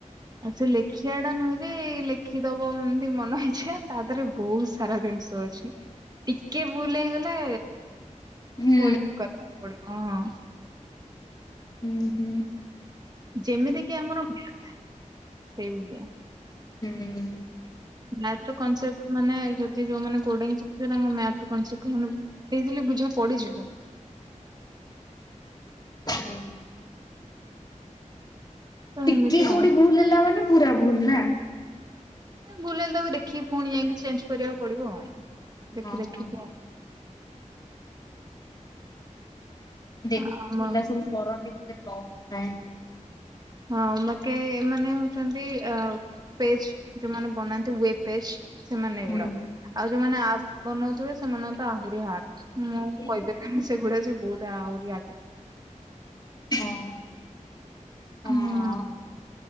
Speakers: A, on the right (about 30°); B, on the left (about 30°).
A: ଆଉ ସେ ଲେଖିବା ଟା ନୁହେଁ ବି ଲେଖିଦବ ଏମିତି ମନ ଇଛା ତା ଦେହରେ ବହୁତ ସାରା ଜିନିଷ ଅଛି ଟିକେ ଭୁଲ ହେଇଗଲା
B: ହୁଁ
A: ପୁଣି କ ହଁ ହଁ।
B: ହୁଁ ହୁଁ।
A: ଯେମିତି କିି ଆମର ସେଇଭଳିଆ।
B: ହୁଁ।
A: ମ୍ୟାଥର କନସେ୍ଟ ମାନେ ଯଦି ଯୋଉମାନେ କୋଡିଙ୍ଗ ଶିଖିଥିବେ ତାଙ୍କେ ମ୍ୟାପ ରେ କନ୍ସେପ୍ଟ ମାନେ ବୁଝେଇ ଦେଲେ ବୁଝା ପଡିଯିବ।
B: ହଁ ହୁଁ।
A: ତ
B: ଟିକେ
A: ଏମିତି
B: କୋଉଠି
A: ଆଉ।
B: ଭୁଲ ହେଲା ମାନେ ପୁରା ଭୁଲ ନା।
A: ଏ ହେଲେ ତାକୁ ଦେଖିକି ପୁଣି ଯାଇକି ଚେଞ୍ଜ କରିବାକୁ ପଡିବ ଆଉ ଦେଖି
B: ହଁ
A: ଦେଖିକି।
B: ହଁ। ଦେଖ
A: ଆମ
B: ପିଲା ସବୁ କରନ୍ତି କେତେ ଟପ୍ ନାଏଁ।
A: ହଁ ମକେ ଏମାନେ ହଉଛନ୍ତି ପେଜ ଯୋଉମାନେ ବନାନ୍ତି ୱେବ ପେଜ। ସେମାନେ
B: ହୁଁ।
A: ଏଗୁଡା ଆଉ ଯୋଉମାନେ ଆପ୍ ବନଉଥିବେ ସେମାନେ ତ ଆହୁରି ହାର୍ଡ। ମୁଁ
B: ହଁ
A: କହିପାରିବିନି ସେଗୁଡା ସେ ବହୁତ ଆହୁରି ଆଗରେ।
B: ହଁ ହଁଅଁ।
A: ହୁଁ